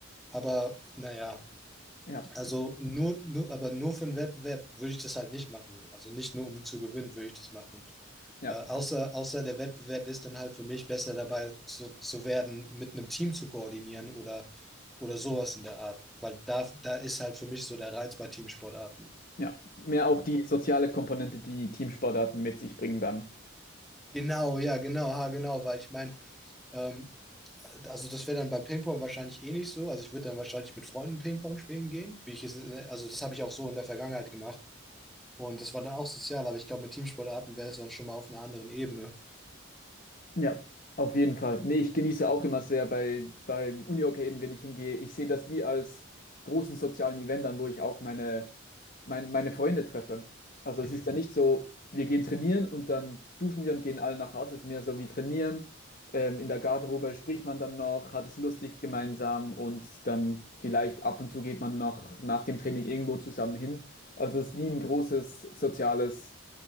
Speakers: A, in the centre; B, on the left (about 45°).
A: aber naja,
B: Ja.
A: also nur, nur, aber nur für einen Wettbewerb würde ich das halt nicht machen. Also nicht nur um zu gewinnen, würde ich das machen.
B: Ja.
A: Äh, außer, außer der Wettbewerb ist dann halt für mich besser dabei zu, zu werden, mit einem Team zu koordinieren oder, oder sowas in der Art. Weil da, da ist halt für mich so der Reiz bei Teamsportarten.
B: Ja. Mehr auch die soziale Komponente, die Teamsportarten mit sich bringen dann.
A: Genau, ja, genau, ha, genau, weil ich meine, ähm, also das wäre dann beim Ping-Pong wahrscheinlich eh nicht so. Also ich würde dann wahrscheinlich mit Freunden Ping-Pong spielen gehen, wie ich es, also das habe ich auch so in der Vergangenheit gemacht. Und das war dann auch sozial, aber ich glaube, mit Teamsportarten wäre es dann schon mal auf einer anderen Ebene.
B: Ja, auf jeden Fall. Nee, ich genieße auch immer sehr bei, beim Unihockey eben, wenn ich hingehe. Ich sehe das wie als großen sozialen Event an, wo ich auch meine, mein, meine Freunde treffe. Also
A: Mhm.
B: es ist ja nicht so, wir gehen trainieren und dann duschen wir und gehen alle nach Hause. Es ist mehr so wie trainieren. Ähm, in der Garderobe spricht man dann noch, hat es lustig gemeinsam und dann vielleicht ab und zu geht man noch nach dem Training irgendwo zusammen hin. Also es ist wie ein großes soziales